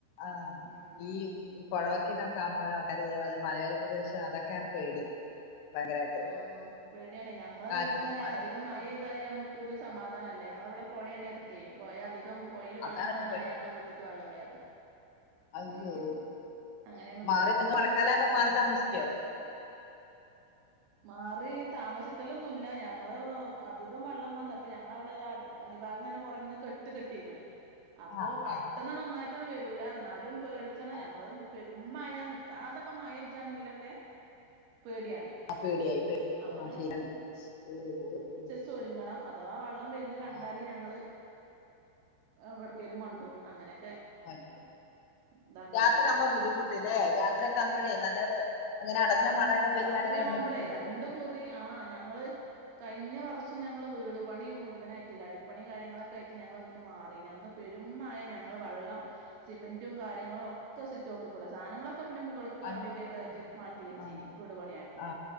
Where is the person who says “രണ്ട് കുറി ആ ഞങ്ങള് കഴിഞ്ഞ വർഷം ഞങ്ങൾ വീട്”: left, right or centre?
Right